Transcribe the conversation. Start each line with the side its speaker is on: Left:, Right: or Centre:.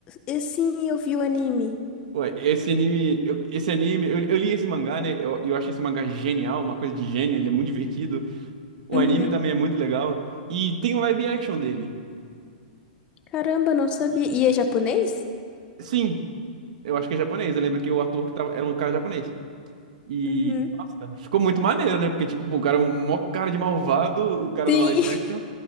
Left: eu- sim, eu vi o anime.
Right: Ué, esse anime, eu- esse anime, eu, eu li esse mangá, né? Eu, eu achei esse mangá genial, uma coisa de gênio, ele é muito divertido. O
Left: Uhum.
Right: anime também é muito legal. E tem um live action dele.
Left: Caramba, não sabia.
Right: E-
Left: E é japonês?
Right: sim, eu acho que é japonês. Eu lembro que o ator que tava, era um cara japonês. E,
Left: Uhum.
Right: nossa, ficou muito maneiro, né? Porque, tipo, pô, o cara, é um mó cara de malvado, o cara
Left: Sim.
Right: de uma live
Left: <laughs>
Right: action,